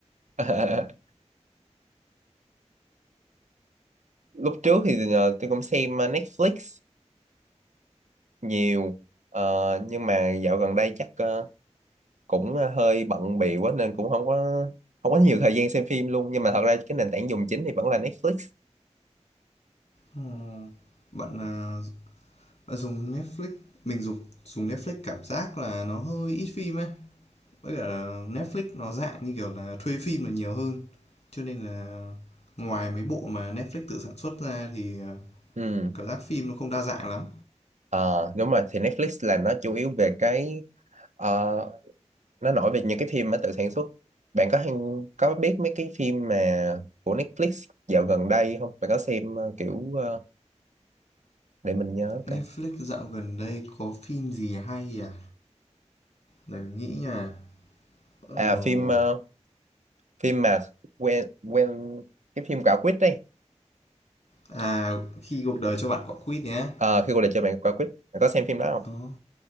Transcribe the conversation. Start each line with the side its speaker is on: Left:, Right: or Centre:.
Right: <laughs> lúc trước thì ờ, tôi cũng xem ờ, Netflix nhiều Ờ, nhưng mà dạo gần đây chắc ờ, cũng ờ, hơi bận bịu quá nên cũng không có không có nhiều thời gian xem phim luôn nhưng mà thật ra cái nền tảng dùng chính thì vẫn là Netflix
Left: Ờ, bạn, à, bạn dùng Netflix mình dùng dùng Netflix cảm giác là nó hơi ít phim ấy, với cả là Netflix nó dạng như kiểu là thuê phim là nhiều hơn, cho nên là ngoài mấy bộ mà Netflix tự sản xuất ra thì, à,
Right: ừ.
Left: cảm giác phim nó không đa dạng lắm.
Right: Ờ, đúng rồi thì Netflix là nó chủ yếu về cái ờ, nó nổi về những cái phim mà tự sản xuất bạn có hay có biết mấy cái phim mà của Netflix dạo gần đây không bạn có xem ờ, kiểu ờ, để mình nhớ
Left: Netflix
Right: coi
Left: dạo gần đây có phim gì hay à? Để mình nghĩ nha. Ờ,
Right: à phim ờ, phim mà quen quen cái phim Quả Quýt đây
Left: à, Khi cuộc đời cho bạn quả quýt nhé.
Right: Ờ, khi cuộc đời cho bạn Quả Quýt bạn có xem phim đó không
Left: Đó,